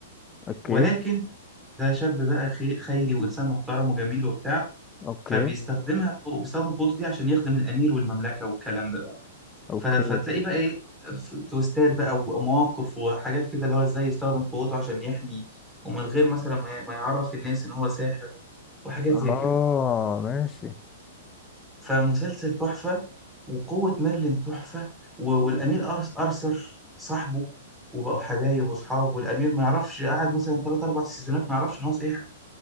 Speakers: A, on the left; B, in the centre.
A: اوكي
B: ولكن ده شاب بقى خي- خيري وإنسان محترم وجميل وبتاع
A: اوكي
B: فبيستخدمها بيستخدم قوته دي عشان يخدم الأمير والمملكة والكلام ده
A: اوكي
B: ف- فتلاقي بقى ايه ف- تويستات بقى ومواقف وحاجات كده اللي هو ازاي يستخدم قوته عشان يحمي ومن غير مثلا ما ي- ما يعرف الناس ان هو ساحر وحاجات
A: اه
B: زي كده
A: ماشي
B: فمسلسل تحفة وقوة ميرلين تحفة و- والأمير أرس أرثر صاحبه وبقوا حبايب وأصحاب والأمير ما يعرفش قعد مثلا تلات أربع سيزونات ما يعرفش إن هو ساحر